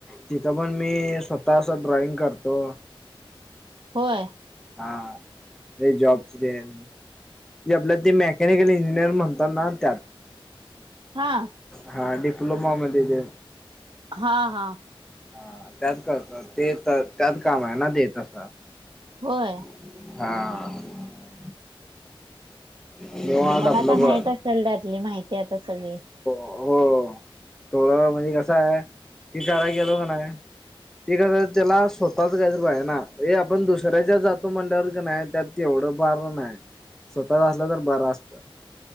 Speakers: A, in the centre; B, on the right (about 55°).
A: तिथं पण मी स्वतः अस ड्रॉइंग करतो.
B: होय!
A: हा ते जॉबच तेन ते आपल्या ते मेकॅनिकल इंजिनिअर म्हणतात ना त्यात
B: हा!
A: हा डिप्लोमा मध्ये तेन
B: हा हा!
A: हा त्यात कळत ते तर त्यात काम आहे ना ते तस
B: होय.
A: हा! निवांत
B: तुम्हाला
A: आपलं
B: आता
A: ब
B: माहीत असल त्यातली माहिती आता सगळी
A: हो! थोडं हो म्हणजे कस हाय मी कराय गेलो कन्हाय ते कस त्याला स्वतःच गॅरेज पाहिजे ना हे आपण दुसऱ्याच्या जातो म्हंटल्यावर कन्हाय तेवढं बार नाही स्वतःच असलं तर बरं असत.